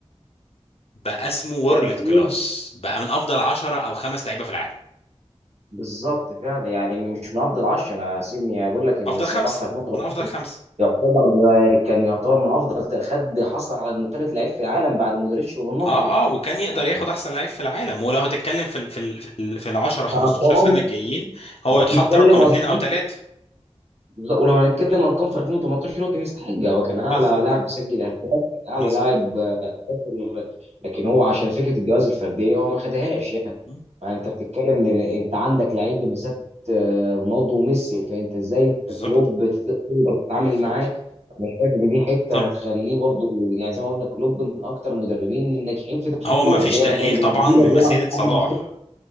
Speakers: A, on the left; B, on the right.
A: بقى اسمه وورلد
B: كان في
A: كلاس
B: ود
A: بقى من افضل 10 او خمس لعيبه في العالم
B: بالظبط فعلا يعني مش من افضل 10 انا سيبني اقول لك ان
A: افضل
B: صلاح
A: خمسه
B: في 2013
A: من افضل خمسه
B: يعتبر آه، كان يعتبر من افضل ت- خد حصل على انه ثالث لعيب في العالم بعد مودريتش ورونالدو
A: اه اه وكان يقدر
B: يعني
A: ياخد احسن لعيب في العالم ولو هتتكلم في ال في ال في ال في ال 10 15
B: ارقام
A: سنه الجايين هو
B: لو
A: يتحط
B: هنتكلم
A: رقم
B: ارقام
A: اتنين او تلاته
B: ولو هنتكلم ارقام في 2018 هو كان يستحقها هو كان اعلى
A: بالظبط
B: لاعب بيسجل اهداف كان اعلى
A: مظبوط
B: لاعب آه، لكن هو عشان فكره الجوائز الفرديه هو ما خدهاش
A: م.
B: انت بتتكلم ان انت عندك لعيب بمثابه آه، رونالدو وميسي
A: م.
B: فانت ازاي انت
A: بالظبط
B: كلوب تت- تقدر تتعامل
A: بالظبط
B: معاه انا شايف ان دي حته
A: طب
B: هتخليه برضو يعني زي ما قلنا كلوب من اكتر المدربين الناجحين في تاريخ
A: هو
B: الكوره
A: ما فيش
B: زي
A: تقليل
B: ما كان جوارديولا
A: طبعا من
B: بيعرف
A: مسيره
B: يتعامل
A: صلاح